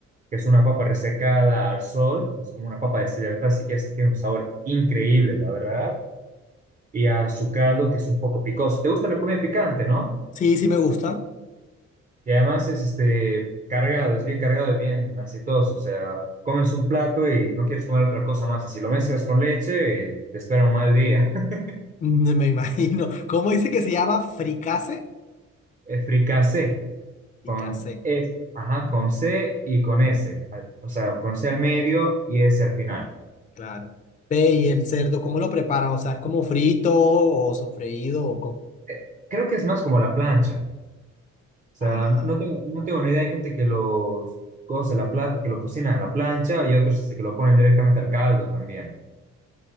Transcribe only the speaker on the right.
que es una papa resecada al sol, es como una papa deshidratada, si quieres, que tiene un sabor increíble, la verdad, y azucarado, que es un poco picoso. ¿Te gusta la comida picante, no?
Y además es este cargado, es bien cargado y bien aceitoso, o sea, comes un plato y no quieres comer otra cosa más, y si lo mezclas con leche, eh, te espera un mal día. <laughs>
Eh, Fricasé,
con E, ajá, con C y con S, al- o sea, con C al medio y S al final.
Eh, Creo que es más como la plancha. sea,
no tengo, no tengo ni idea. Hay gente que los cosa la pla- que lo cocina en la plancha y otros este, que lo ponen directamente al caldo también.